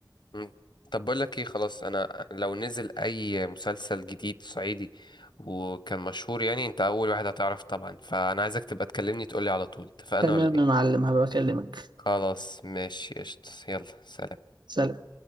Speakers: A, on the left (about 80°); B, on the right (about 75°).
A: مم. طب بقول لك ايه خلاص انا لو نزل اي مسلسل جديد صعيدي وكان مشهور يعني انت اول واحد هتعرف طبعا فانا عايزك تبقى تكلمني تقولي على طول اتفقنا
B: تمام
A: ولا ايه
B: يا معلم هبقى بكلمك
A: خلاص ماشي قشطة يلا سلام
B: سلام